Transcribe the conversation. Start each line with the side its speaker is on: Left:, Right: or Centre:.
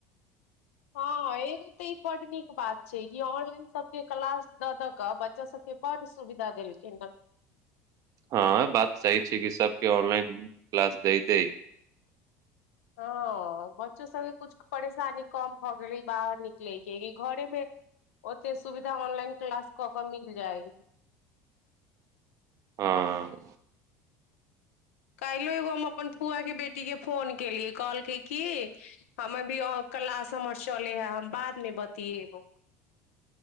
Left: हँ एगो तऽ ई बड्ड नीक बात छै कि ऑनलाइन सभके क्लास दऽ दऽ कऽ बच्चा सभके बड्ड सुविधा देलखिन रह
Right: हँ बात सही छै। कि सबके ऑनलाइन क्लास द दै
Left: हँ बच्चो सभके किछु परेशानी कम भऽ गेलै बाहर निकलयके कि घरेमे ओतेक सुविधा ऑनलाइन क्लास कऽ कऽ मिल जाय
Right: हँ
Left: काल्हिो एगो हम अपन फुआके बेटीके फोन केलियै कहलकै कि हम अभी क्लास हमर चलै हए हम बादमे बतियै एगो